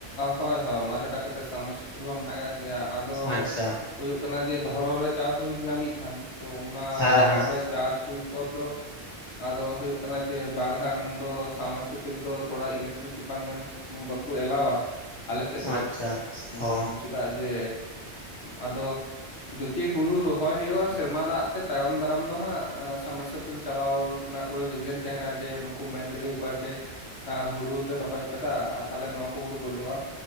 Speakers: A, on the left; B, on the left.
A: ᱦᱳᱭ ᱦᱳᱭ ᱚᱱᱟ ᱪᱷᱟᱰᱟ ᱠᱟᱛᱮᱮᱫ ᱥᱟᱵᱢᱟᱨᱥᱤᱞ ᱦᱚᱸ ᱢᱮᱱᱟᱜ ᱜᱮᱭᱟ ᱟᱫᱚ
B: ᱟᱪᱪᱷᱟ
A: ᱦᱩᱭᱩᱜ ᱠᱟᱱᱟ ᱡᱮ ᱫᱷᱚᱨᱚᱱ ᱨᱮ ᱪᱟᱥ ᱦᱩᱭ ᱞᱮᱱᱟ ᱢᱤᱫ ᱫᱷᱟᱣ ᱛᱚ ᱚᱱᱟ
B: ᱦᱮᱸ
A: ᱫᱷᱚᱨᱚᱱ
B: ᱦᱮᱸ
A: ᱨᱮ ᱪᱟᱥ ᱦᱩᱭ ᱯᱚᱨ ᱫᱚ ᱟᱫᱚ ᱦᱩᱭᱩᱜ ᱠᱟᱱᱟ ᱡᱮ ᱵᱟᱨ ᱫᱷᱟᱢ ᱫᱚ ᱥᱟᱵᱢᱟᱨᱥᱤᱵᱚᱞ ᱫᱚ ᱛᱷᱚᱲᱟ ᱤᱞᱮᱠᱴᱨᱤᱠ ᱰᱤᱯᱟᱨᱴᱢᱮᱱᱴ ᱵᱟᱠᱩ ᱮᱞᱟᱣᱟ ᱟᱞᱮᱥᱮᱫ ᱫᱚ
B: ᱟᱪᱪᱷᱟ
A: ᱩᱸᱻ
B: ᱚ
A: ᱪᱮᱫᱟᱜ ᱡᱮ ᱟᱫᱚ ᱡᱩᱫᱤ ᱦᱩᱲᱩ ᱨᱚᱦᱚᱭ ᱦᱩᱭᱩᱜᱼᱟ ᱥᱮᱨᱢᱟ ᱫᱟᱜ ᱛᱮ ᱛᱟᱭᱚᱢ ᱫᱟᱨᱟᱢ ᱫᱚ ᱦᱟᱸᱜ ᱥᱟᱵᱢᱟᱥᱤᱞ ᱪᱟᱞᱟᱣ ᱨᱮᱱᱟᱜ ᱠᱳᱱᱳ ᱨᱤᱡᱮᱱ ᱛᱟᱦᱮᱱᱟ ᱡᱮ ᱱᱩᱠᱩ ᱢᱮᱱ ᱫᱟᱲᱮ ᱟᱠᱣᱟ ᱡᱮ ᱦᱩᱲᱩ ᱞᱮ ᱨᱚᱦᱚᱭ ᱠᱟᱫᱟ ᱛᱟ, ᱛᱟᱦᱞᱮ ᱱᱚᱣᱟ ᱠᱚ ᱦᱩᱲᱩ ᱜᱚᱡᱚᱜᱼᱟ